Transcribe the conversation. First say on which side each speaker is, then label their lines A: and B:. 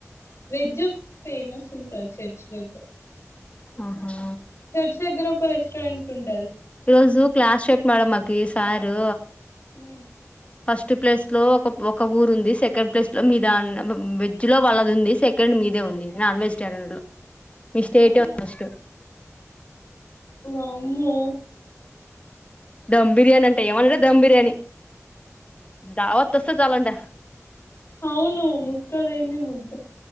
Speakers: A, on the left; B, on the left.
A: వెజ్ ఫేమస్ ఉంటంది చర్చి దగ్గర
B: ఆహా
A: చర్చ్ దగ్గర ఒక రెస్టారెంట్ ఉంది
B: ఈరోోజు క్లాస్ చెెప్ మమ్మకి సారు
A: హ
B: ఫస్ట్ ప్లేస్ లో ఒక ఒక ఊరు ఉంది సెకండ్ ప్లేస్ లో మీద వెజ్ లో వాళ్ళది ఉంది సెకండ్ మీదే నాన్ వెజిటేరియన్ లో మీస్టస్
A: అవునా వామో
B: ధమ్ బిర్యానీ అంటే ఏమంటార ధమ్ బిర్యానీ దావ చాలంంట
A: అవును ముక్కలంది ముద్ద